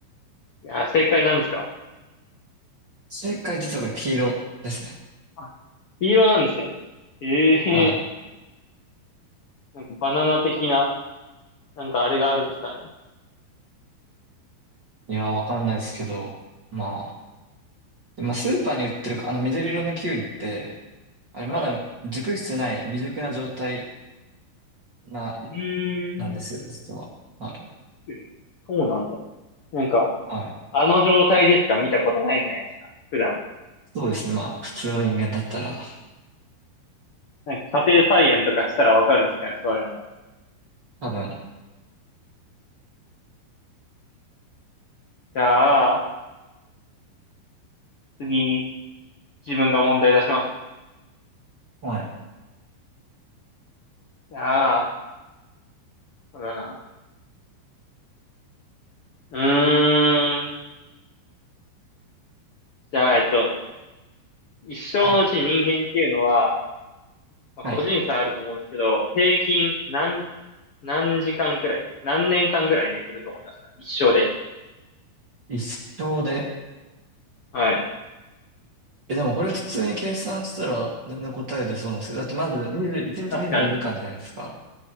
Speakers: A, on the left (about 55°); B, on the right (about 35°).
A: いや、正解なんですか
B: 正解実はこれ黄色ですね。
A: あ、黄色なんですね。ええー
B: は
A: なんかバナナ的な、なんかあれがあるんですかね。
B: い。いや、わかんないですけど、まあ、まあ、スーパーに売ってるか、あの緑色のキュウリって、あれ、
A: は
B: まだ熟してない、未熟な状態な、
A: い。うーん。
B: なんですよ、実は。はい。
A: えそうなんだ。なんか、
B: はい
A: あの状態でしか見たことないじゃないですか。普段。
B: そうですね。まあ、普通の人間だったら、
A: なんか家庭菜園とかしたらわかるんですかね、そういうのも。
B: 多分、
A: じゃあ、次、自分が問題出します。
B: はい、
A: じゃあ、そうだな。うーん。んじゃあ、えっと、一生のうち人間っていうのは、
B: はい、
A: まあ、
B: はい。
A: 個人差あると思うんですけど、平均何何時間くらい、何年間くらい寝てると思いますか一生で。
B: 一生で、
A: はい。
B: え、でもこれ普通に計算したら全然答え出そうなんですけど、だってまず20、1日24時間じゅうよじかんじゃないですか。
A: 確かに。